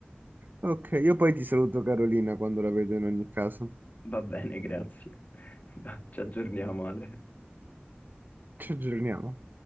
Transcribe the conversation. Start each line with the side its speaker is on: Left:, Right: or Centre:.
Right: ok, io poi ti saluto Carolina quando la vedo in ogni caso.
Left: Va bene, grazie. <laughs> Ci aggiorniamo, Ale.
Right: Ci aggiorniamo.